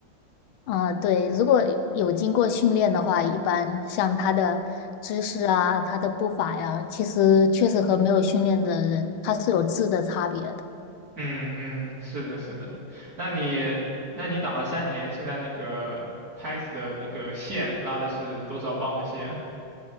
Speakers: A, on the left (about 80°); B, on the right (about 45°).
A: 啊，呃对，如果有经过训练的话，一般像他的姿势啊、他的步伐呀，其实确实和没有训练的人，他是有质的差别的。
B: 嗯嗯，是的，是的。那你，那你打了三年，现在那个拍子的那个线拉的是多少磅的线？